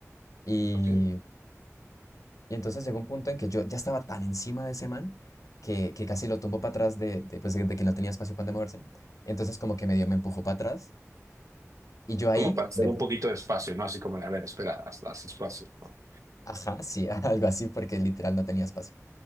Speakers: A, on the left (about 80°); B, on the right (about 75°).
A: Y,
B: Ok.
A: y entonces llegó un punto en que yo ya estaba tan encima de ese man que, que casi lo tumbó para atrás de, de, pues, de, de que no tenía espacio para donde moverse. Entonces como que medio me empujó para atrás. Y yo ahí,
B: como para hacer
A: de,
B: un poquito de espacio, ¿no? Así como de, a ver, espera, haz, haz espacio. ¿no?
A: ajá, sí, <laughs> algo así, porque literal no tenía espacio.